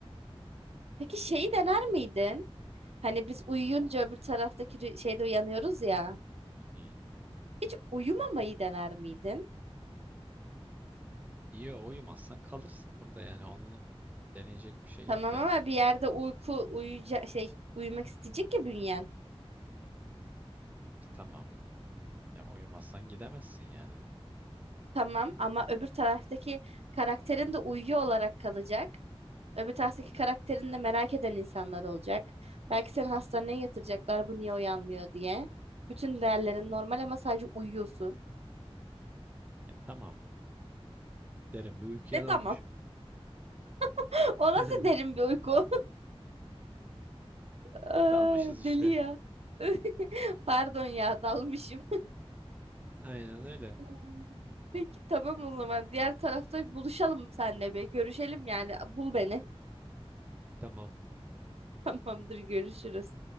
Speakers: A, on the right; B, on the right.
A: Peki şeyi dener miydin? Hani biz uyuyunca öbür taraftaki rü- şeyde uyanıyoruz ya.
B: <laughs>
A: Hiç uyumamayı dener miydin?
B: Yo uyumazsan kalırsın burada yani onu deneyecek bir şey
A: Tamam
B: yok bence.
A: ama bir yerde uyku uyuyacak şey uyumak isteyecek ya bünyen.
B: E, tamam. Ya uyumazsan gidemezsin yani.
A: Tamam ama öbür taraftaki karakterin de uyuyor olarak kalacak. Öbür taraftaki karakterin de merak eden insanlar olacak. Belki seni hastaneye yatıracaklar bu niye uyanmıyor diye. Bütün değerlerin normal ama sadece uyuyorsun.
B: E tamam. Derin bir uykuya
A: E tamam.
B: dalmış.
A: <laughs> O
B: <laughs>
A: nasıl derin bir uyku? Aa,
B: Dalmışız işte.
A: deli ya. <laughs> Pardon ya dalmışım.
B: Aynen öyle.
A: Hmm. Peki tamam o zaman. Diğer tarafta buluşalım seninle bir. Görüşelim yani. Bul beni.
B: Tamam.
A: <laughs> Tamamdır görüşürüz.